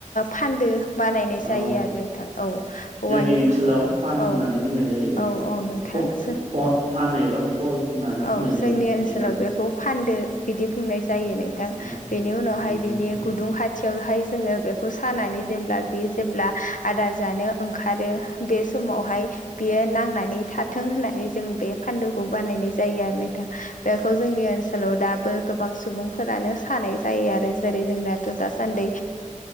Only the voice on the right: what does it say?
औ
जोंनि ओनसोलाव फान होननानै
बुंनाय जायो बेखौ
फान एबा खल होननानै बुंनाय
जायो
एन्जर
अ
नंगौ
नोंथां